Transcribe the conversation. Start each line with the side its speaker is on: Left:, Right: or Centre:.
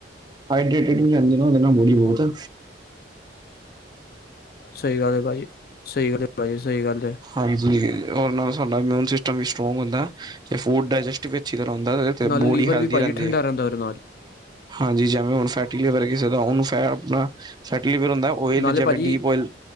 Right: ਹਾਈਡ੍ਰੇਟਡ ਵੀ ਜਾਂਦੀ ਨਾ ਬੋਡੀ ਬਹੁਤ ਹੈ।
Left: ਸਹੀ ਗੱਲ ਹੈ ਭਾਜੀ। ਸਹੀ ਗੱਲ ਭਾਜੀ ਸਹੀ ਗੱਲ।
Right: ਹਾਂਜੀ। ਨਾਲ ਸਾਡਾ ਇਮਿਊਨ ਸਿਸਟਮ ਵੀ ਸਟਰੋਂਗ ਹੁੰਦਾ। ਤੇ
Left: ਹੈ
Right: ਫੂਡ ਡਾਇਜੈਸਟ ਵਿਚ ਕਰਾਉਂਦਾ ਰਹੇ,
Left: ਨਾਲੇ
Right: ਬੋਡੀ
Left: ਲੀਵਰ
Right: ਹੈਲਥੀ
Left: ਵੀ ਭਾਜੀ
Right: ਰਹਿੰਦੀ
Left: ਠੰਡਾ
Right: ਹੈ
Left: ਰਹਿੰਦਾ ਉਹਦੇ ਨਾਲ
Right: ਹਾਂਜੀ! ਜਿਵੇਂ ਹੁਣ ਫੈਟੀਲੇਵਰ ਕਿਸੇ ਦਾ ਉਹਨੂੰ ਫੈ ਆਪਨਾ ਫੇਟਿਲੇਵਰ ਹੁੰਦਾ। ਓਇਲ,
Left: ਨਾਲੇ
Right: ਜਿਵੇਂ,
Left: ਭਾਜੀ
Right: ਡੀਪ ਓਇਲ।